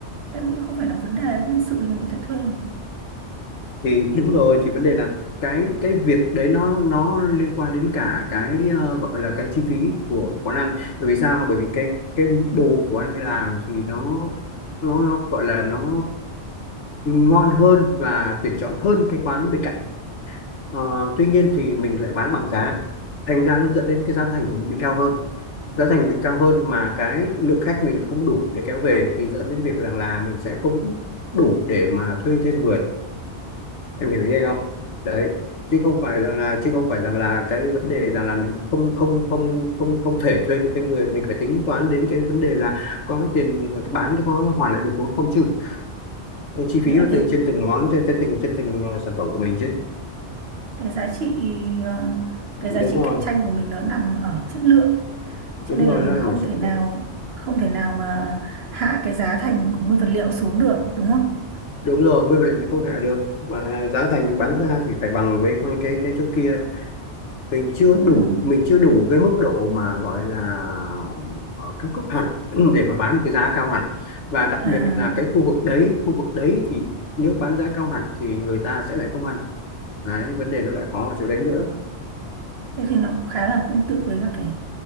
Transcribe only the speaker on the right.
em nghĩ không phải là vấn đề nhân sự thì mình có thể thuê mà.
nghĩa
là
cái
cái giá trị ờ, cái
giá trị
cạnh tranh của mình nó nằm ở chất lượng
cho nên
là mình
không
thể nào
không thể nào mà hạ cái giá thành của nguyên vật liệu xuống được đúng không
đúng
rồi
à
thế thì nó cũng khá là tương tự với các cái